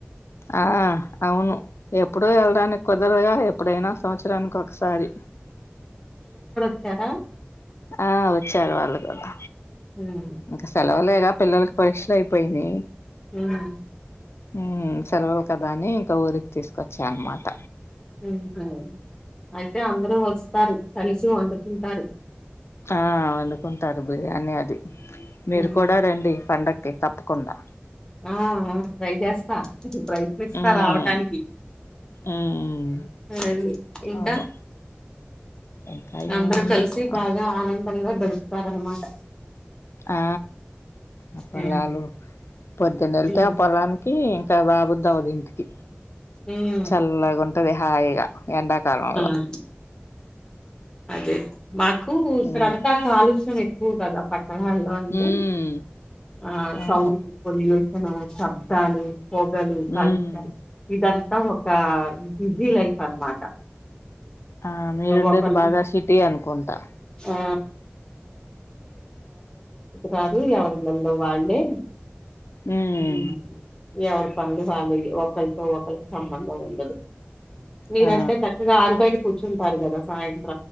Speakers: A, on the left; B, on the left.
A: ఆ అవును ఎప్పుడో వెళ్డానికి కుదరదుగా ఎప్పుడైనా సంవత్సరానికి ఒకసారి
B: సనం
A: ఆ వచ్చారు వాళ్ళు కూడా
B: ఉమ్
A: ఇంకా సెలవులే ఇంకా పిల్లలకి పరీక్షలు అయిపోయినాయి.
B: అ
A: ఊ సెలవులు కదా అని, ఇంకా ఊరికి తీసుకొచ్చా అన్నమాట.
B: ఉహా అయితే అందరూ వస్తారు, కలిసి వండుతుంటారు.
A: ఆ అవును ఉంటారు బియ్యాన్ని అది మీరు
B: ఉమ్
A: కూడా రండి పండగ. ఓకే తప్పకుండా
B: ఆ ట్రై చేస్తా ఇ ప్రయత్నిస్తా
A: ఉమ్
B: రావటానికి
A: ఉమ్
B: అది ఇంకా
A: అవును ఇంకా
B: అందరం
A: ఏమున్నాయి
B: కలిసి
A: అంతే
B: బాగా ఆనందంగా దరు చెస్తార అన్నమాట.
A: ఆ ఆ పొలాలు
B: ఉమ్
A: పొద్దున్న ఎలితే
B: ఉమ్
A: ఆ పొలానికి బాబుద్దాం అది ఇంటికి
B: ఉమ్
A: చల్లగా తదిహయగా ఎండాకాలంలో
B: ఆ అదే మాకు ఇక్కడంతా
A: ఉమ్
B: కాలుష్యం ఏ ఊ దదా పట్ ఆ ఆల్లు అంటే
A: ఉమ్
B: ఆ
A: అవును
B: సౌండ్ బ యోషను శబ్దాలు పొగలు కాలుష్యాలు
A: ఉమ్
B: అ ఒక బిజీ లైఫ్ అనమాట
A: ఆ మీరుండేది
B: ఒకళ
A: బాగా సిటీ అనుకుంటా
B: ఆ కాదు ఎవర్ ఇళ్లలో వాళ్ళే
A: ఉమ్
B: హుమ్ ఎవర్ పనులు వాళ్ళవి ఒకరితో ఒకల కి సంబంధం ఉండదు మీరంతా
A: ఆ
B: చక్కగా ఆరుబయ టా కూంచుంటార్ కదా సాయంత్రం పూట